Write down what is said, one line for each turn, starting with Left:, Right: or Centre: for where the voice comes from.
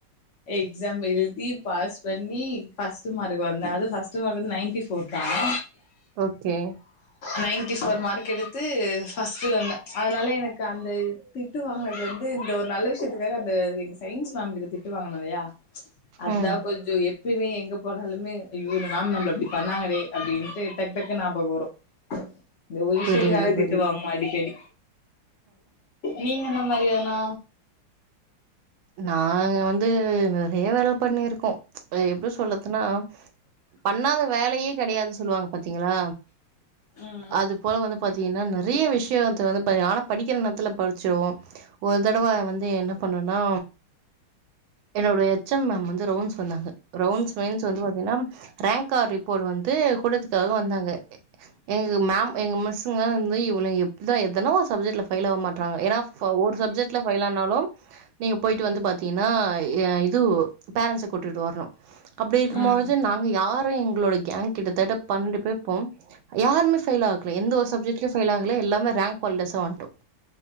Left: எக்ஸாம் எழுதி பாஸ் பண்ணி ஃபர்ஸ்ட் மார்க் வந்த அது ஃபர்ஸ்ட்டு மார்க் வந்து நையன்ட்டி ஃபோர் தா <inaudible>
Right: ஓகே
Left: நயன்ட்டி ஃபோர் மார்க் எடுத்து ஃபஸ்ட்டு வந்தேன் அதனால எனக்கு அந்த திட்டு வாங்குனது வந்து இந்த ஒரு நல்ல விஷயத்துக்காக அந்த என்ன சொல் சயின்ஸ் மேம் கிட்ட திட்டு வாங்கன இல்லையா அதுதான்
Right: ம்
Left: கொஞ்சம் எப் எப்பயுமே எங்க போனாலுமே அய்யோ இந்த மேம் நம்மல இப்டி பண்ணாங்களே அப்படின்ட்டு டக் டக் னு நாபகம் வரும் இந்த ஒரு விஷயத்துக்காக
Right: புரியுது புரியுது
Left: திட்டுவாங்கன அடிக்கடி நீங்க இந்த மாரி யான்னா
Right: நாங்க வந்து நெறைய வேல பண்ணிருக்கோம் எப்டி சொல்றதுன்னா பண்ணாத வேலையே கிடையாது சொல்லுவாங்க பாத்தீங்களா
Left: ம்
Right: அது போல வந்து பாத்தீங்கன்னா நெறைய விஷய வந்து பன்னி ஆனா படிக்கிற நேரத்துல படிச்சிருவோம் ஒரு தடவா வந்து பண்னனா என்னோட எச் எம் மேம் வந்து ரவுன்ஸ் வந்தாங்க ரவுன்ஸ் மீன்ஸ் வந்து பாத்தீங்கனா ரேங்க் கார்டு ரிப்போர்ட் வந்து குடுக்கத்துக்காக வந்தாங்க எங்க மேம் எங்க மிஸ்ஸங்கல வந்து இவலுங்க எப்புதா எதனா ஒரு சப்ஜட்ல ஃபெயில் ஆவ மாட்டாங்க ஏனா அப் ஒரு சப்ஜட்ல ஃபெயில் ஆனாலும் நீங்க போயிட்டு வந்து பாத்தீங்கன்னா அ இது பேரன்ஸ்ச கூட்டிட்டு வரணும் அப்பக்ஷடி இருக்கும்போது
Left: ம்
Right: நாங்க யார் அப் எங்களோட கேங் கிட்டத்தட்ட பண்ணண்டு பேர் இருப்போம் யாருமே ஃபெயில் ஆகல எந்த ஒரு சப்ஜெக்ட்லயும் ஃபெயில் ஆகல எல்லாமே ரேங்க் ஹோல்டர்ஸ வன்ட்டோம்